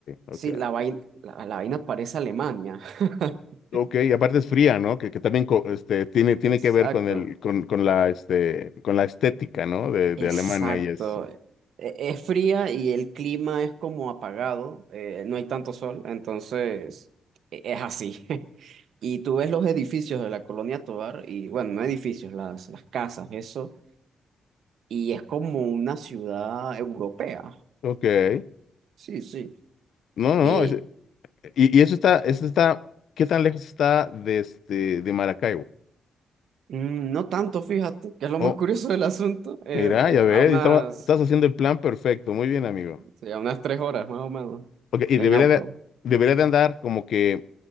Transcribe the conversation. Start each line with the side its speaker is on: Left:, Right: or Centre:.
Left: ok.
Right: sí, la vaina, la, la vaina parece Alemania. <laughs>
Left: Ok, y aparte es fría, ¿no? Que, que también co- este, tiene, tiene
Right: Exacto,
Left: que ver con el, con, con la, este, con la estética, ¿no? De,
Right: exacto.
Left: de Alemania y eso.
Right: E- Es fría y el clima es como apagado, eh, no hay tanto sol, entonces e- es así. <laughs> Y tú ves los edificios de la Colonia Tovar, y bueno, no edificios, las, las casas, eso, y es como una ciudad europea.
Left: Ok.
Right: Sí, sí.
Left: No, no,
Right: Y
Left: no. ese- y, y eso está, eso está, ¿qué tan lejos está de, este, de Maracaibo?
Right: mm, no tanto, fíjate, que es lo más
Left: Oh,
Right: curioso del asunto, eh,
Left: mira, ya
Right: eh,
Left: ves,
Right: a unas
Left: estaba- estás haciendo el plan perfecto. Muy bien, amigo.
Right: Sí, a unas tres horas más o menos
Left: Ok, y
Right: en
Left: debería
Right: auto.
Left: de, debería de andar como que